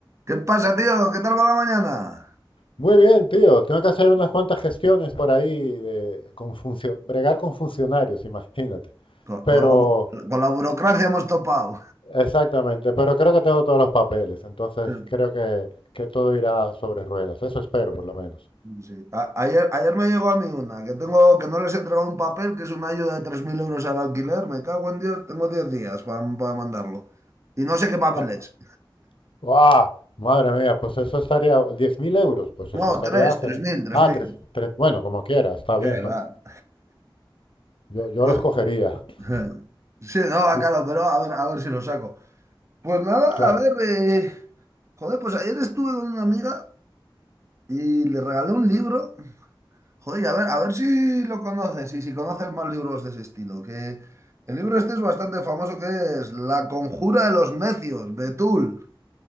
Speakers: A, on the right (about 35°); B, on the left (about 80°).
A: ¿Qué pasa, tío? ¿Qué tal va la mañana?
B: Muy bien, tío. Tengo que hacer unas cuantas gestiones por ahí de con funcio- bregar con funcionarios, imagínate.
A: Con,
B: Pero,
A: con la, bu- con la burocracia hemos topado.
B: exactamente, pero creo que tengo todos los papeles, entonces
A: <laughs>
B: creo que, que todo irá sobre ruedas. Eso espero, por lo menos.
A: Sí. A- ayer, ayer me llegó a mí una, que tengo, que no les he entregado un papel, que es una ayuda de 3.000 euros al alquiler. Me cago en Dios, tengo 10 días para, mandarlo. Y no sé qué papel
B: Ah,
A: es.
B: ¡guau! Madre mía, pues eso estaría, 10.000 euros, pues eso
A: No,
B: estaría
A: tres
B: genial.
A: tres mil tres
B: Ah,
A: mil.
B: tres, tres, bueno, como quiera, está bien,
A: ¿Qué va?
B: ¿no? Yo, yo
A: Pues,
B: los cogería. <laughs>
A: <laughs> sí, no, va
B: Y,
A: claro, pero a ver, a ver si lo saco. Pues nada,
B: claro,
A: a ver, eh, joder, pues ayer estuve con una amiga y le regalé un libro. Joder, a ver, a ver si lo conoces y si conoces más libros de ese estilo. Que el libro este es bastante famoso, que es La conjura de los necios, de Tull.